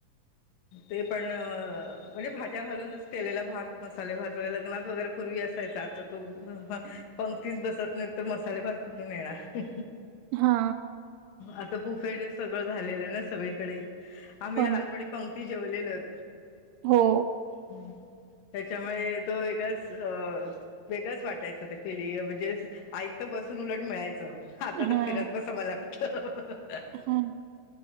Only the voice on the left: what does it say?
ते पण अ, म्हणजे भाज्या घालूनच केलेला भात, मसाले भात वग लग्नात वगैरे पूर्वी असायचा, आता तो पंक्तीच बसत नाही तर मसाले भात कुठून येणार.
आता बुफे ते सगळं झालेलं आहे ना सगळीकडे, आम्ही
लहानपणी
पंक्ती जेवलेलोत,
हम्म. त्याच्यामुळे तो वेगळाच अ वेगळंच वाटायचं ते फिली, म्हणजे आयतं बसून उलट मिळायचं. आता तर
फिरत बसावं लागतं ह ह ह.